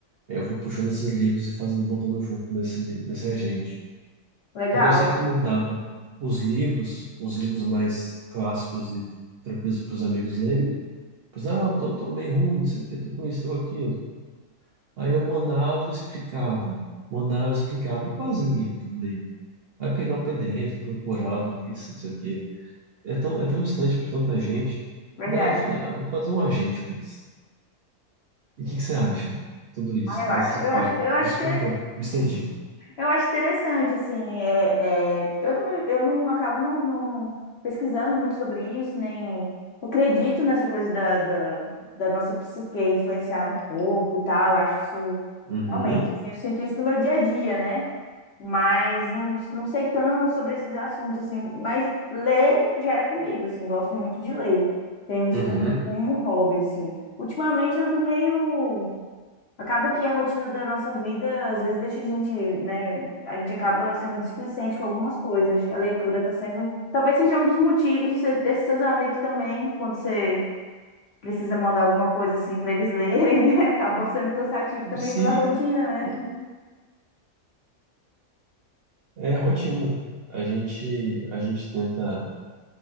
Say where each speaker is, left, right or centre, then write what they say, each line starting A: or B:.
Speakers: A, on the right; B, on the left.
A: Aí Eu fui puxando esses livros e fazendo, botando junto nesse, nesse agente.
B: legal,
A: Porque eu sempre mandava os livros, os livros mais clássicos e tranquilos para os amigos lerem. Pois, ah, eu tô, tô meio ruim, não sei o que, tô com isso, tô com aquilo. Aí eu mandava e explicava, mandava e explicava, e quase ninguém lê. Vai pegar um PDF procurado nisso, não sei o quê. É tão, é tão distante para tanta gente.
B: verdade.
A: Daí eu falei, ah, vou fazer um agente com isso. E o que que você acha? Tudo isso,
B: Ah, eu
A: todo
B: acho,
A: esse
B: eu
A: papo.
B: acho, eu acho
A: Desculpa, me estendi.
B: Eu acho interessante, assim, é, é, eu não, me- eu não acabo não, não pesquisando muito sobre isso, nem eu acredito nessa coisa da, da, da nossa psique influenciar no corpo e tal, eu acho isso
A: Uhum,
B: realmente, assim, eu sinto isso no meu dia a dia, né? Mas não, não sei tanto sobre esses assuntos, assim, mas ler já é comigo, assim, gosto muito de ler, tenho isso
A: uhum.
B: como, como um hobby, assim. Ultimamente ando meio Acaba que a rotina da nossa vida, às vezes, deixa a gente, né? A gente acaba sendo displicente com algumas coisas. Acho que a leitura está sendo. Talvez seja um dos motivos de você- desses seus amigos também, quando você precisa mandar alguma coisa assim para eles lerem, né? <laughs> Acaba sendo cansativo também
A: Sim,
B: pela rotina, né?
A: uhum. É rotina. A gente, a gente tenta